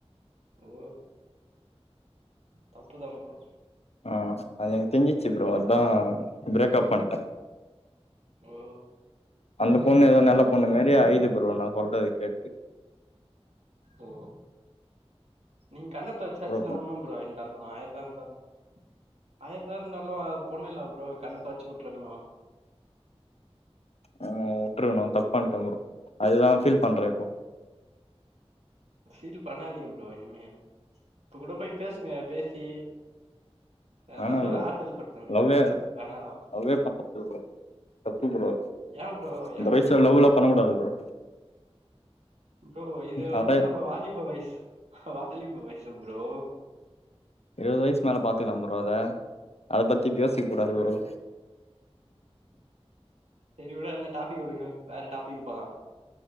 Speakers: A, on the right (about 80°); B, on the left (about 70°).
A: ஓ தப்புதான் ஃப்ரோ
B: ஆஹ் அதது தெரிய்சி சிப்ரோன் ஃப்ரேக்ப் பண்ணிட்டேன்
A: ஓ
B: அந்த பொண்ணு ஏதோ நல்ல பொண்ணு மாரி அழுது ஃப்ரோ நான் சொல்றது கேட்டு
A: ஓ நீ கணத்தை வச்சாச்சுன்னா
B: ப்ரோ
A: உண்ணும் படியா இருந்தாலும் ஆயிரதான் இருந்தாலும் ஆயிரம்தான் இருந்தாலும் பொண்ணுல ஃப்ரோ கண்ண தொடச்சு வுட்டுருக்கணும்
B: உஹ வுட்டுருக்கணும் தப்பன்னிட்டே ஃப்ரோ அதுதான் ஃபீல் பண்றேன் இப்ப
A: ஃபீல் பண்ணாதீங்க ஃப்ரோ இனிமே இப்ப கூட போய் பேசுங்க பேசி எதனா
B: வேணா
A: சொ
B: புரோ
A: ஆறுதல் படுத்துங்க
B: லவ்வே இல்ல
A: வேணாவா
B: லவ்வே பண்ணது தப்பு போ அ
A: ஏ ப்ரோ
B: இந்த
A: ஏ
B: வயசுல
A: ப்ரோ
B: லவ் எல்லாம் பண்ணக்கூடாது ஃப்ரோ
A: ஃப்ரோ இது வந்து
B: அதா
A: நம்ம வாலிப வயஸ் வாலிப வயசு புரோ
B: இருபது வயசுக்கு மேல பாத்துக்கலாம் புரோ அத அத பத்தி பேசிக்க
A: ஐயோ
B: கூடாது புரோ
A: செரி விடு அந்த டாபிக்க விடுங்க வேற டாப் பலா